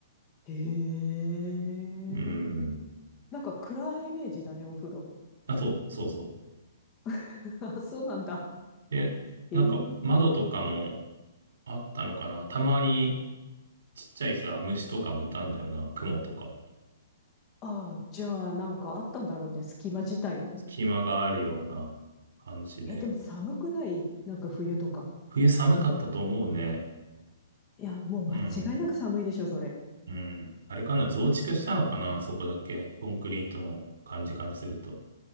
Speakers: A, on the left; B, on the right.
A: へえ。
B: うん。
A: なんか暗いイメージだね、お風呂。
B: あ、そう、そうそう。
A: <laughs> あ、そうなんだ。
B: で、
A: ええ。
B: なんか窓とかもあったのかな。たまにちっちゃいさ、虫とかもいたんだよな。雲とか。
A: ああ、じゃあなんかあったんだろうね、隙間自体がね。
B: 隙間があるような感じで。
A: え、でも寒くないなんか冬とか。
B: 冬寒かったと思うね。
A: いや、もう間違いなく寒いでしょ、
B: うん。
A: それ。
B: うん。あれかな。増築したのかな。そこだけ。コンクリートの感じからすると。